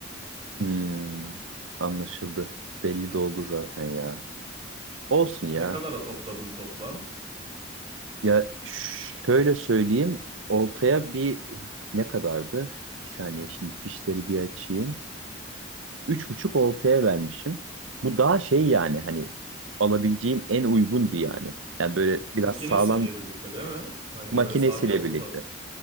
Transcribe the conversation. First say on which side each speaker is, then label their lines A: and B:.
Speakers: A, on the right (about 85°); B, on the right (about 25°).
A: Hmm. Anlaşıldı. Belli de oldu zaten ya. Olsun ya.
B: Ne kadara topladın toplam?
A: Ya şöyle söyleyeyim. Oltaya bir ne kadardı? Bir saniye şimdi fişleri bir açayım. Üç buçuk oltaya vermişim. Bu daha şey yani hani alabileceğim en uygundu yani. Yani böyle biraz
B: Makinesiyle
A: sağlam
B: birlikte değil mi? Hani
A: makinesiyle
B: böyle sadece olta...
A: birlikte.